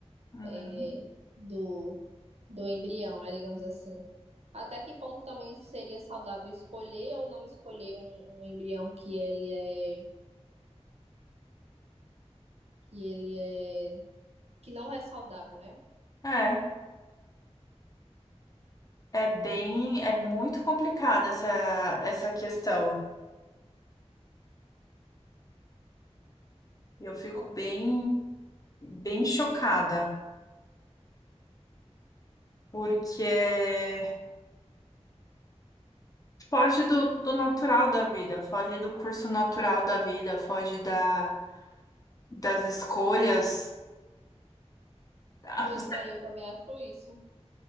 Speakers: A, on the left (about 30°); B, on the right (about 65°).
A: Uhum.
B: É, do do embrião, né, digamos assim. Até que ponto também seria saudável escolher ou não escolher um, um embrião que ele é que ele é que não é saudável, né?
A: É, é bem, é muito complicada essa, essa questão. Eu fico bem, bem chocada, porque foge do, do natural da vida, foge do curso natural da vida, foge da, das escolhas. <laughs>
B: Pois é, eu também acho isso.